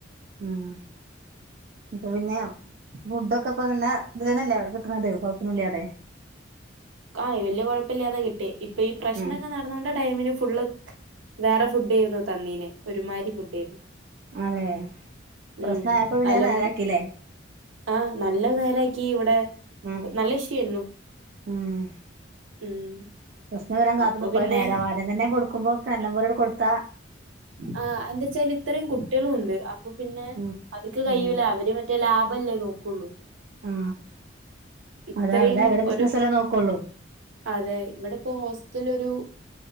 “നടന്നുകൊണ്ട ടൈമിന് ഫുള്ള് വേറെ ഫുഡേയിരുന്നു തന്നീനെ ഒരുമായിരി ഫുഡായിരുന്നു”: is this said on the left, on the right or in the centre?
Right